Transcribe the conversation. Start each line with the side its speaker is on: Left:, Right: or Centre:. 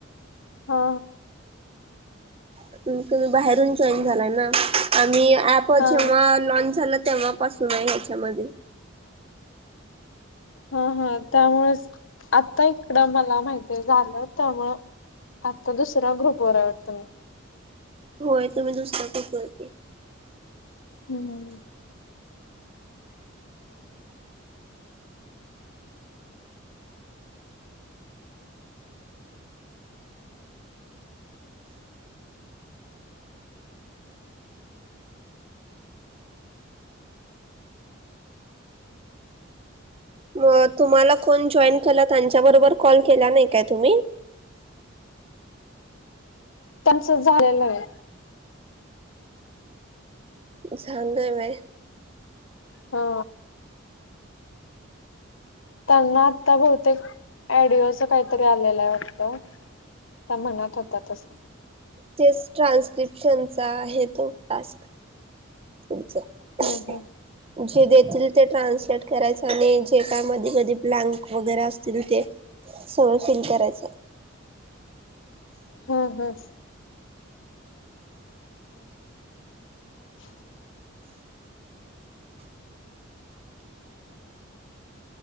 Left: हा हा
Right: त तुम्ही बाहेरून जॉईन झालाय ना? आम्ही एप
Left: हा
Right: जेव्हा लॉन्च झाला तेव्हापासून आहे ह्याच्यामध्ये.
Left: हा हा त्यामुळेच, आता इकडं मला माहिती झालं त्यामुळं आता दुसरा ग्रुपवर वाटतं मी?
Right: होय तुम्ही दुसऱ्या ग्रुपवरती.
Left: हम्म
Right: मग तुम्हाला कोण जॉईन केला त्यांच्याबरोबर कॉल केला नाही काय तुम्ही?
Left: त्यांचं झालेलं आहे.
Right: झालंय होय?
Left: हा त्यांना आता बहुतेकए डिओ असं काहीतरी आलेलं आहे वाटत त्या म्हनात होता तस
Right: तेच ट्रान्स्क्रिप्शनचा आहे तो टास्क तमच
Left: हम्म हम्म
Right: जे देतील ते ट्रान्सलेट करायच आणि जे काय मध कधी ब्लँक वगैरे असतील ते सगळं फील करायचं
Left: हम् हम् ह